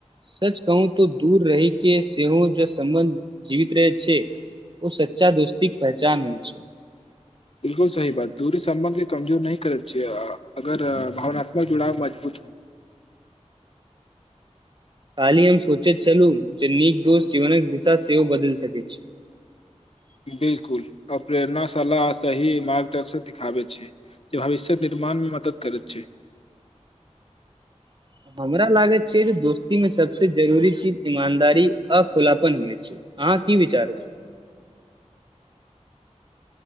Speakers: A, on the right; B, on the left.
A: सच कहू त दूर रहि के सेहो ज सम्बन्ध जीवित रहे छै ओ सच्चा दोस्ती पहचान होय छै
B: बिल्कुल सही बात दूरी सम्बन्ध के कमजोर नहि करैत छियै अगर भावनात्मक जुड़ाव मजबूत
A: <unintelligible> काल्हि हम सोचैत छलहुँ जे नीक दोस्त जीवनक दिशा सेहो बदल सकैत छी <unintelligible>
B: बिल्कुल अप प्ररेणाशाला सही मार्गदर्शक दिखाबे छै जे भविष्य निर्माण मदद करै छै
A: <unintelligible> हमरा लागैत छै जे दोस्ती मे सबस जरूरी चीज ईमानदारी अ खुलापन होने छै अहा की विचार छै